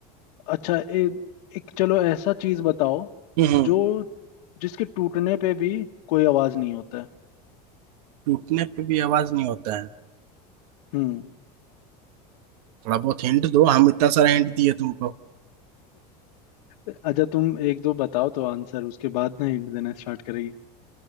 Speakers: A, on the left; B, on the right.
A: अच्छा ए, एक चलो ऐसा चीज बताओ
B: हम्म हम्म।
A: जो जिसके टूटने पे भी कोई आवाज नहीं होता है
B: टूटने पे भी आवाज नहीं होता है
A: हम्म
B: थोड़ा बहुत हिंट दो हम इतना सारा हिंट दिए तुमको
A: अच्छा तुम एक दो बताओ तो आंसर उसके बाद ना हिंट देना स्टार्ट करेंगे